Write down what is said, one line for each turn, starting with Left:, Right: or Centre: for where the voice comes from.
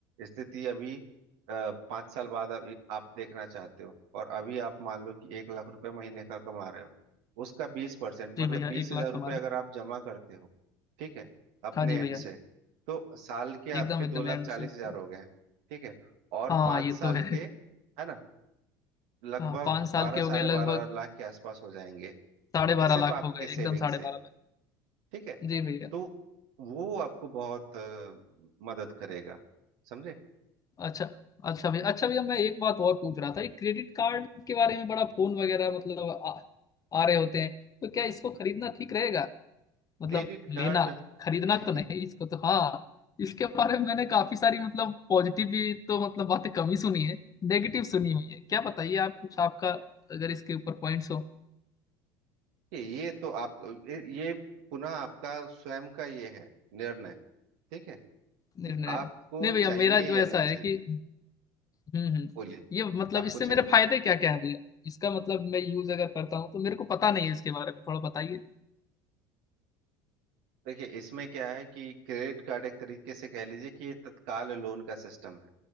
Right: स्थिति अभी पांच साल बाद आप, आप देखना चाहते हो और अभी आप मान लो कि एक लाख रुपए महीने का कमा रहे हो उसका बीस परसेंट
Left: जी
Right: मतलब
Left: भैया
Right: बीस
Left: एक
Right: हजार
Left: लाख
Right: रुपये
Left: का मारा
Right: अगर आप जमा करते हो ठीक है अपने
Left: हाँ जी
Right: एंड
Left: भैया
Right: से तो साल के
Left: एकदम
Right: आपके दो
Left: एकदम
Right: लाख
Left: एंड
Right: चालीस
Left: से चला
Right: हजार हो
Left: था।
Right: गए ठीक है और
Left: हाँ
Right: पांच
Left: ये
Right: साल
Left: तो है
Right: के है ना लगभग
Left: हाँ पाँच साल
Right: बारह
Left: के हो
Right: साढ़े
Left: गए लगभग
Right: बारह लाख के आसपास हो जाएंगे ठीक
Left: साढ़े बारह
Right: है सिर्फ
Left: लाख
Right: आपके
Left: हो गए
Right: सेविंग
Left: एकदम साढ़े
Right: से
Left: बारह लाख
Right: ठीक है
Left: जी भैया
Right: तो वो आपको बहुत अ, मदद करेगा समझे
Left: अच्छा अच्छा भैया अच्छा भैया मैं एक बात और पूछ रहा था ये क्रेडिट कार्ड के बारे में बड़ा फोन वगैरह मतलब आ, आ रहे होते हैं तो क्या इसको खरीदना ठीक रहेगा मतलब
Right: Credit card
Left: लेना खरीदना
Right: <laughs>
Left: तो नहीं इसको तो हाँ इसके बारे में मैंने काफी सारी मतलब पॉजिटिव भी तो मतलब बातें कम ही सुनी है नेगेटिव सुनी हुई है क्या बताइए आप कुछ आपका अगर इसके ऊपर पॉइंट्स हो।
Right: ये ये तो आप ये ये पुनः आपका स्वयं का ये है निर्णय ठीक है
Left: नहीं
Right: कि
Left: नहीं
Right: आपको
Left: नहीं भैया
Right: चाहिए
Left: मेरा जो
Right: या
Left: ऐसा
Right: नहीं चाहिए
Left: है कि हम्म हम्म
Right: बोलिए
Left: ये मतलब
Right: आपको
Left: इससे
Right: चाहिए
Left: मेरे फायदे क्या क्या है भैया इसका मतलब मैं यूज अगर करता हूँ तो मेरे को पता नहीं है इसके बारे में थोड़ा बताइए
Right: देखिए इसमें क्या है कि क्रेडिट कार्ड एक तरीके से कह लीजिए कि ये तत्काल लोन का सिस्टम है